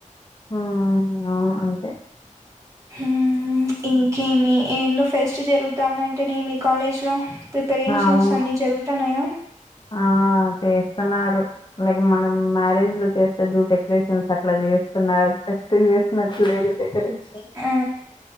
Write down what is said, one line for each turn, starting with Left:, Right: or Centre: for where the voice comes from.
Left: మ్మ్ అవును అంతే
Right: హ్మ్మ్ ఇంకేమి ఏనో ఫెస్ట్ జరుగుతాందంటనే మీ కాలేజ్ లో ప్రిపరేషన్స్
Left: అవును
Right: అన్నీ జరుగుతాన్నాయ
Left: ఆ చేస్తున్నారు లైక్ మనం మ్యారేజ్ లో చేస్తే జు డెకరేషన్ అట్లా చేస్తున్నారు <unintelligible> డెకరేషన్
Right: ఆ